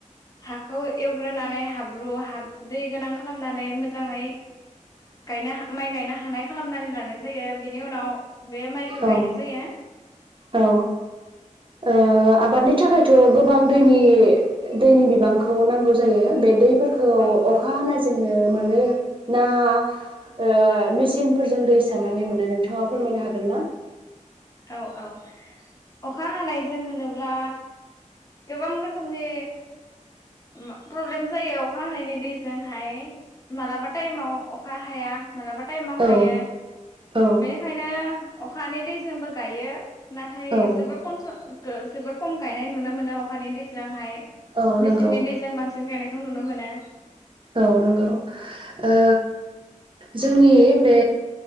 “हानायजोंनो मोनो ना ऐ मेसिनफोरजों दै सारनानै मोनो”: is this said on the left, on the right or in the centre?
Right